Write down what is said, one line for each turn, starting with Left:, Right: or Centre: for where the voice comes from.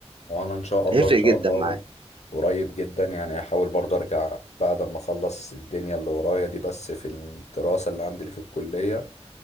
Left: ما هو انا ان شاء الله
Right: هيفرق
Left: ان شاء
Right: جدا
Left: الله
Right: معاك
Left: قريب جدا يعني هحاول برضه ارجع بعد ما اخلص الدنيا اللي ورايا دي بس في الدراسه اللي عندي اللي في الكليه